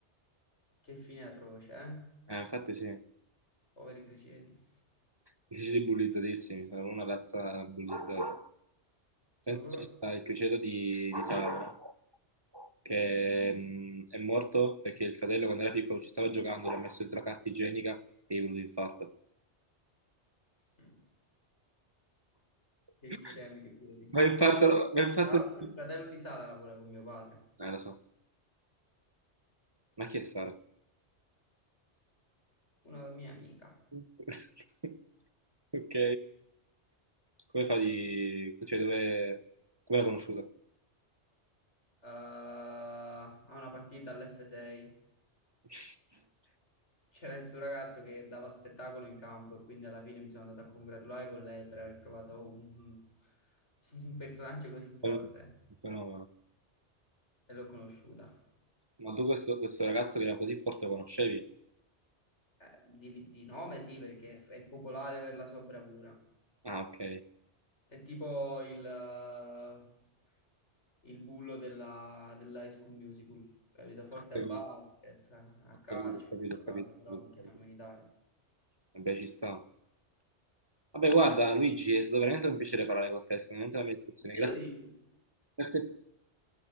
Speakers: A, on the left; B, on the right.
A: Che fine atroce, eh?
B: infatti sì, i
A: Poveri criceti.
B: criceti bullizzatissimi, sono una razza bullizzata.
A: Sono
B: Penso
A: proprio...
B: che ci sta il criceto di, di Sara, che mh, è morto perché il fratello quando era piccolo ci stava giocando, l'ha messo dentro la carta igienica e gli è venuto l'infarto.
A: Mm.
B: <laughs>
A: Che scemi che criceti.
B: Ma infarto, ma infarto...
A: Tra l'altro
B: Eh,
A: il fratello di Sara lavora con mio padre,
B: lo so. Ma chi è Sara?
A: una mia amica.
B: <laughs> Ok, come fa di... cioè dove... come l'ha conosciuta?
A: Eh, ha una partita all'F6
B: <laughs>
A: C'era il suo ragazzo che dava spettacolo in campo e quindi alla fine mi sono andato a congratulare con lei per aver trovato un, un personaggio così forte
B: Però- fenomeno.
A: e l'ho conosciuta.
B: Ma tu questo, questo ragazzo che era così forte lo conoscevi?
A: Eh, di, di nome sì, perché è, è popolare per la sua bravura.
B: Ah, ok.
A: È tipo il, eh, il bullo della, dell'High School Musical, capito? Forte
B: Capito,
A: a basket, a
B: ho
A: calcio
B: capito, ho
A: in
B: capito,
A: questo
B: ho
A: caso
B: capito, ho
A: però,
B: capito,
A: perché
B: ho
A: siamo
B: capito.
A: in Italia.
B: Vabbè, ci sta. Vabbè, guarda, Luigi, è stato veramente un piacere parlare con te, è stata veramente una bella discussione.
A: A Chi
B: Grazie,
A: lo dici?
B: grazie,